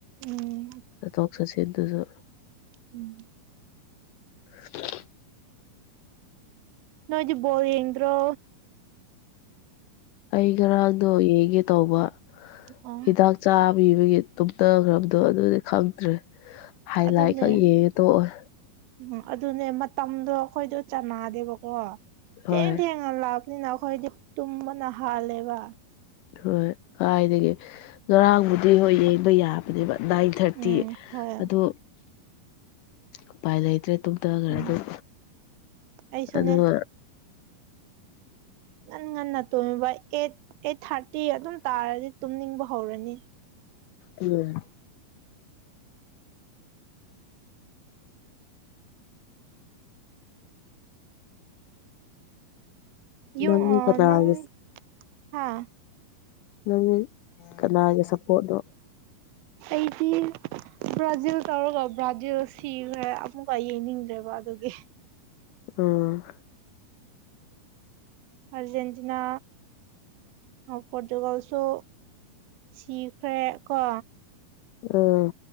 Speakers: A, on the right (about 85°); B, on the left (about 85°).
A: ꯎꯝ
B: ꯆꯠꯊꯣꯛ ꯆꯠꯁꯤꯟꯗꯨꯁꯨ
A: ꯎꯝ
B: <inaudible>
A: ꯅꯣꯏꯗꯤ ꯕꯣꯜ ꯌꯦꯗ꯭ꯔꯣ
B: ꯑꯩ ꯉꯔꯥꯡꯗꯣ ꯌꯦꯡꯒꯦ ꯇꯧꯕ
A: ꯑꯣ
B: ꯍꯤꯗꯥꯛ ꯆꯥꯕ ꯄꯤꯕꯒꯤ ꯇꯨꯝꯊꯈ꯭ꯔꯕꯗꯣ ꯑꯗꯨꯒꯤ ꯈꯪꯗ꯭ꯔꯦ ꯍꯥꯏ
A: ꯑꯗꯨꯅꯦ
B: ꯂꯥꯏꯠ ꯈꯛ ꯌꯦꯡꯉ ꯇꯣꯛꯑꯦ
A: ꯎꯝ ꯑꯗꯨꯅꯦ ꯃꯇꯝꯗꯣ ꯑꯩꯈꯣꯏꯗꯣ ꯆꯥꯟꯅꯗꯦꯕꯀꯣ
B: ꯍꯣꯏ
A: ꯊꯦꯡ ꯊꯦꯡꯉ ꯂꯥꯛ ꯅꯤꯅ ꯑꯩꯈꯣꯏꯗꯤ ꯇꯨꯝꯕꯅ ꯍꯥꯜꯂꯦꯕ
B: ꯍꯣꯏ ꯀꯥꯏꯗꯒꯤ ꯉꯔꯥꯡꯕꯨꯗꯤ ꯍꯣꯏ ꯌꯦꯡꯕ ꯌꯥꯕꯅꯦꯕ ꯅꯥꯏꯟ ꯊꯥꯔꯇꯤ
A: ꯎꯝ ꯍꯣꯏ
B: ꯑꯗꯣ ꯎꯄꯥꯏ ꯂꯩꯇ꯭ꯔꯦ ꯇꯨꯝꯊꯈ꯭ꯔꯦ
A: ꯎꯝ
B: ꯑꯗꯨꯝ
A: ꯑꯩꯁꯨꯅꯦ
B: ꯑꯗꯨꯒ
A: ꯉꯟ ꯉꯟꯅ ꯇꯨꯝꯃꯕ ꯑꯦꯠ ꯑꯦꯠ ꯊꯥꯔꯇꯤ ꯑꯗꯨꯝ ꯇꯥꯔꯗꯤ ꯇꯨꯝꯅꯤꯡꯕ ꯍꯧꯔꯅꯤ
B: ꯎꯝ
A: ꯌꯣ
B: ꯅꯪꯗꯤ
A: ꯑꯣ
B: ꯀꯅꯥꯒꯤ
A: ꯅꯪ ꯍꯥ
B: ꯅꯪꯅꯤ ꯀꯅꯥꯒꯤ ꯁꯞꯄꯣꯔꯠꯅꯣ
A: ꯑꯩꯗꯤ ꯕ꯭ꯔꯥꯖꯤꯜ ꯇꯧꯔꯒ ꯕ꯭ꯔꯥꯖꯤꯜ ꯁꯤꯈ꯭ꯔꯦ ꯑꯃꯨꯛꯀ ꯌꯦꯡꯅꯤꯡꯗ꯭ꯔꯦꯕ ꯑꯗꯨꯒꯤ
B: ꯎꯝ
A: ꯑꯔꯖꯦꯟꯇꯤꯅꯥ ꯄꯣꯔꯇꯨꯒꯜꯁꯨ ꯁꯤꯈ꯭ꯔꯦ ꯀꯣ
B: ꯑꯥ